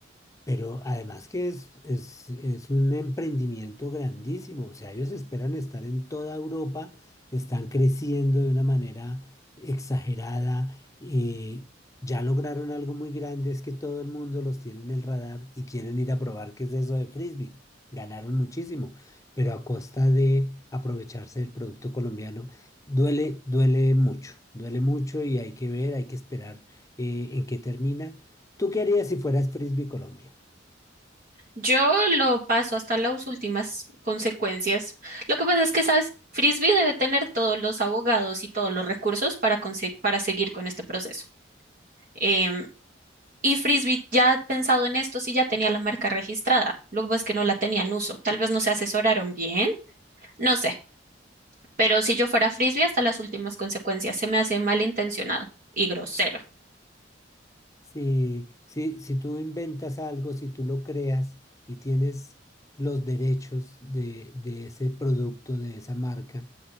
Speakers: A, on the left; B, on the right.
A: Pero además que es, es, es un emprendimiento grandísimo, o sea, ellos esperan estar en toda Europa, están creciendo de una manera exagerada y ya lograron algo muy grande, es que todo el mundo los tiene en el radar y quieren ir a probar qué es eso de frisbee. Ganaron muchísimo, pero a costa de aprovecharse del producto colombiano, duele, duele mucho, duele mucho y hay que ver, hay que esperar eh, en qué termina. ¿Tú qué harías si fueras Frisbee Colombia?
B: Yo lo paso hasta las últimas consecuencias. Lo que pasa es que, ¿sabes? Frisbee debe tener todos los abogados y todos los recursos para, conse- para seguir con este proceso. Em, Y Frisbee ya ha pensado en esto si ya tenía la marca registrada. Lo que pasa es que no la tenía en uso. Tal vez no se asesoraron bien, no sé. Pero si yo fuera Frisbee hasta las últimas consecuencias, se me hace malintencionado y grosero.
A: Sí, sí, si tú inventas algo, si tú lo creas y tienes los derechos de, de ese producto, de esa marca,